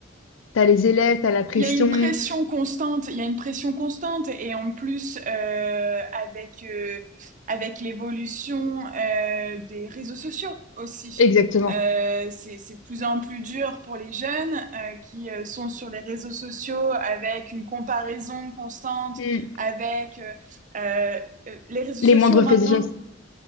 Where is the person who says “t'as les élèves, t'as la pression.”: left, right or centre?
Left